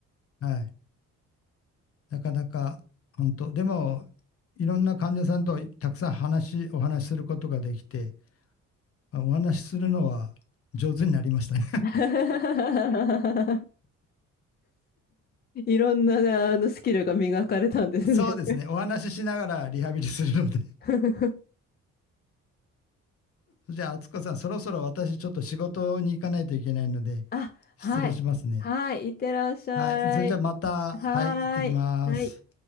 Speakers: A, on the left (about 50°); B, on the left (about 35°).
A: はい。なかなか本当、でもいろんな患者さんとたくさん話、お話しすることができて、あお話しするのは上手になりましたね。
B: <laughs> いろんな、あの、スキルが磨かれたんですね。
A: <laughs> そうですね。お話ししながらリハビリするので。
B: <laughs>
A: <laughs> じゃあ、敦子さん、そろそろ私ちょっと仕事に行かないといけないので、
B: あ、はい。
A: 失礼しますね。
B: はい。いってらっしゃい。
A: はい。それじゃあまた、
B: はーい。
A: はい、行ってきます。
B: はい。